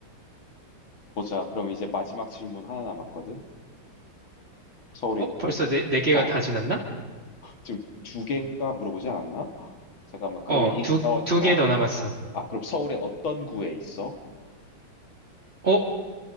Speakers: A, on the left; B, on the right.
A: 보자. 그럼 이제 마지막 질문 하나 남았거든? 서울에
B: 어,
A: 있고,
B: 벌써 네, 네 개가
A: 어,
B: 다 지났나?
A: 지금 두 개인가 물어보지 않았나? 잠깐만, 그러면
B: 어,
A: 이,
B: 두,
A: 어,
B: 두
A: 어,
B: 개 더 남았어.
A: 아, 그럼 서울의 어떤 구에 있어?
B: 어,